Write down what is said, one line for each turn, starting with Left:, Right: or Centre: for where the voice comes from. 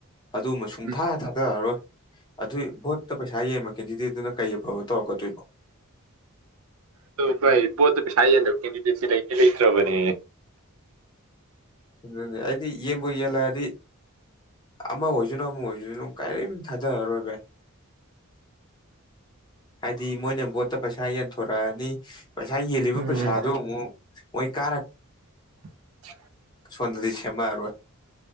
Left: ꯑꯗꯨꯃ ꯁꯨꯡꯊꯥ
Right: ꯎꯝ
Left: ꯊꯥꯗꯔꯔꯣꯏ ꯑꯗꯨꯏ ꯚꯣꯠꯇ ꯄꯩꯁꯥ ꯌꯦꯡꯕ ꯀꯦꯟꯗꯤꯗꯦꯠꯇꯨꯅ ꯀꯩ ꯑꯐꯕ ꯇꯧꯔꯛꯀꯗꯣꯏꯅꯣ
Right: ꯗ ꯕ ꯄꯁꯥꯏꯣ ꯀꯗꯤꯁꯤ ꯂꯩ ꯂꯩ ꯆ꯭ꯔꯕꯅꯤ
Left: ꯑꯗꯨ ꯑꯩꯗꯤ ꯌꯦꯡꯕꯨ ꯌꯦꯜꯂꯛꯑꯗꯤ ꯑꯃ ꯑꯣꯏꯖꯣꯏꯅꯣ ꯃꯣꯏꯅ ꯀꯥꯏ ꯊ ꯔꯣꯏꯕ ꯍꯥꯏꯗꯤ ꯃꯣꯏꯅ ꯕꯣꯠꯇ ꯄꯩꯁꯥ ꯌꯦꯟꯊꯣꯔꯛꯑꯅꯤ ꯄꯩꯁꯥ ꯌꯦꯜꯂꯤꯕ
Right: ꯎꯝ
Left: ꯄꯩꯁꯥꯗꯨ ꯑꯃꯨꯛ ꯃꯣꯏ ꯀꯥ
Right: <unintelligible>
Left: ꯁꯣꯝꯗꯗꯤ ꯁꯦꯝꯃꯛꯑꯔꯣꯏ